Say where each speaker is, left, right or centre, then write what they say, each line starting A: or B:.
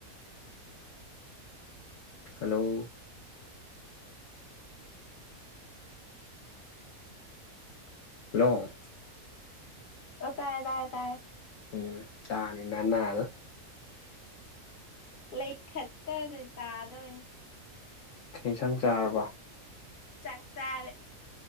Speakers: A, on the left; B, on the left.
A: ꯍꯜꯂꯣ꯫ ꯍꯥꯜꯂꯣ꯫
B: ꯑꯣ ꯇꯥꯏꯌꯦ ꯇꯥꯏꯌꯦ ꯇꯥꯏꯌꯦ꯫
A: ꯎꯝ ꯇꯥꯅꯤ ꯅꯅꯥꯗꯨ꯫
B: ꯂꯩꯈꯠꯇꯔꯗꯤ ꯇꯥꯗꯕꯩꯅꯦ꯫
A: ꯀꯩ ꯏꯟꯁꯥꯡ ꯆꯥꯔꯕ꯫
B: ꯆꯥꯛ ꯆꯥꯔꯦ꯫